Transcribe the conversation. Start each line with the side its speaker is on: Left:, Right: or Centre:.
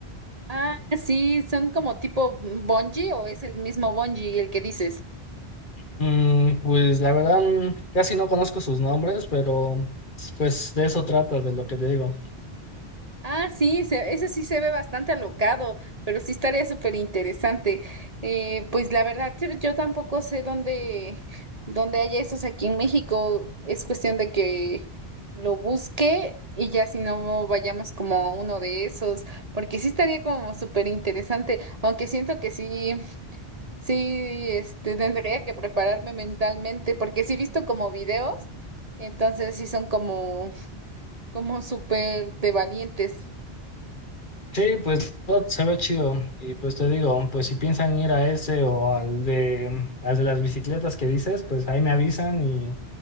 Right: Ah, sí, son como tipo bungee o es el mismo bungee el que dices.
Left: Mm, pues la verdad mm, casi no conozco sus nombres, pero pues de eso trata, de lo que te digo.
Right: Ah, sí, se- ese sí se ve bastante alocado, pero sí estaría súper interesante. Eh, pues la verdad, yo yo tampoco sé dónde, dónde hay esos aquí en México. Es cuestión de que lo busque y ya si no vayamos como a uno de esos, porque sí estaría como súper interesante, aunque siento que sí, sí, este, tendría que prepararme mentalmente, porque sí he visto como videos, entonces sí son como, como súper de valientes.
Left: Sí, pues todo se ve chido. Y pues te digo, pues si piensan ir a ese o al de, al de las bicicletas que dices, pues ahí me avisan y,